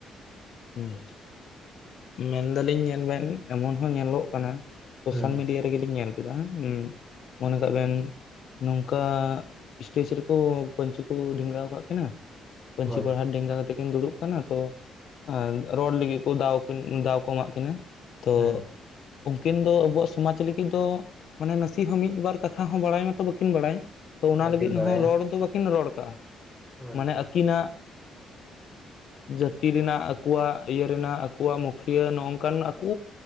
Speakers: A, on the left; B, in the centre.
A: ᱩᱸ ᱢᱮᱱᱫᱟ ᱞᱤᱧ ᱧᱮᱞ ᱵᱮᱱ ᱮᱢᱚᱱ ᱦᱚᱸ ᱧᱮᱞᱚᱜ ᱠᱟᱱᱟ ᱥᱳᱥᱟᱞ
B: ᱦᱩᱸ
A: ᱢᱤᱰᱤᱭᱟ, ᱛᱮᱜᱮ ᱞᱤᱧ ᱧᱮᱞ ᱠᱮᱜᱼᱟ ᱩᱸ ᱢᱚᱱᱮ ᱠᱟᱜ ᱵᱮᱱ ᱱᱚᱝᱠᱟ ᱥᱴᱮᱡ ᱨᱮᱠᱚ ᱯᱟᱹᱧᱪᱤ ᱠᱚ ᱰᱷᱮᱸᱜᱟᱣ ᱟᱠᱟᱫ ᱠᱤᱱᱟᱹ ᱯᱟᱹᱧᱪᱤ
B: ᱦᱳᱭ
A: ᱯᱟᱲᱦᱟ ᱰᱮᱝᱜᱟ ᱠᱟᱛᱮ ᱠᱤᱱ ᱫᱩᱲᱩᱵ ᱟᱠᱟᱱᱟ ᱛᱚ ᱟᱨ ᱨᱚᱲ ᱞᱟᱹᱜᱤᱫ ᱠᱚ ᱫᱟᱣ ᱠᱚ ᱮᱢᱟᱜ ᱠᱤᱱᱟᱹ ᱛᱚ
B: ᱦᱩᱸ
A: ᱩᱱᱠᱤᱱ ᱫᱚ ᱟᱵᱚᱣᱟᱜ ᱥᱚᱢᱟᱡᱽ ᱞᱟᱹᱜᱤᱫ ᱫᱚ ᱢᱟᱱᱮ ᱱᱟᱹᱥᱤ ᱦᱚᱸ ᱢᱤᱫᱵᱟᱨ ᱠᱟᱛᱷᱟ ᱦᱚᱸ ᱵᱟᱲᱟᱭ ᱢᱟᱛᱚ ᱵᱟᱹᱠᱤᱱ ᱵᱟᱲᱟᱭ ᱛᱚ ᱚᱱᱟ
B: ᱵᱟᱹᱠᱤᱱ
A: ᱞᱟᱹᱜᱤᱫ
B: ᱵᱟᱲᱟᱭᱟ
A: ᱦᱚᱸ ᱨᱚᱲ ᱫᱚ ᱵᱟᱟᱹᱠᱤᱱ ᱨᱚᱲ ᱟᱠᱟᱜᱼᱟ
B: ᱦᱳᱭ
A: ᱢᱟᱱᱮ
B: ᱦᱳᱭ
A: ᱟᱹᱠᱤᱱᱟᱜ ᱡᱟᱹᱛᱤ ᱨᱮᱱᱟᱜ ᱠᱚᱣᱟᱜ ᱤᱭᱟᱹ ᱨᱮᱱᱟᱜ ᱟᱠᱚᱣᱟᱜ ᱢᱩᱠᱷᱤᱭᱟᱹ ᱱᱚᱜᱠᱟᱱ ᱟᱠᱚ